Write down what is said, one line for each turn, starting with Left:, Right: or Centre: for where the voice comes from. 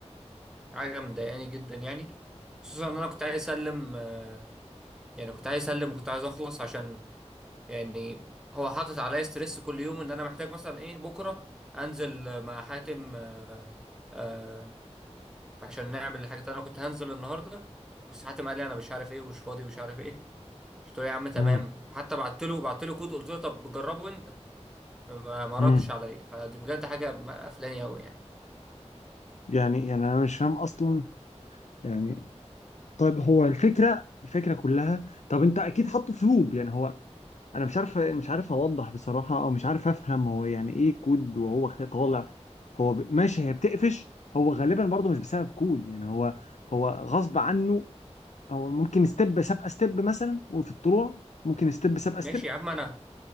Centre: حاجه مضايقاني جدا يعني خصوصا ان انا كنت عايز اسلم آه، يعني كنت عايز اسلم وكنت عايز اخلص عشان يعني هو حاطط عليا ستريس كل يوم ان انا محتاج مثلا ايه بكره انزل مع حاتم آه آه عشان نعمل الحاجات اللي انا كنت هنزل النهارده بس حاتم قال لي انا مش عارف ايه ومش فاضي ومش عارف ايه قلت له يا عم تمام
Left: مم.
Centre: حتى بعت له بعت له كود قلت له طب جربه انت ما ما
Left: مم.
Centre: ردش عليا فدي بجد حاجه قفلاني قوي يعني
Left: يعني يعني انا مش فاهم اصلا يعني طيب هو الفكره الفكره كلها طب انت اكيد حاطه في لوب يعني هو انا مش عارف مش عارف اوضح بصراحه او مش عارف افهم هو يعني ايه كود وهو طالع هو ب... ماشي هي بتقفش هو غالبا برضه مش بسبب كود يعني هو هو غصب عنه هو ممكن ستيب سابقه ستيب مثلا وفي الطلوع ممكن ستيب سابقه
Centre: ماشي
Left: ستيب
Centre: يا عم انا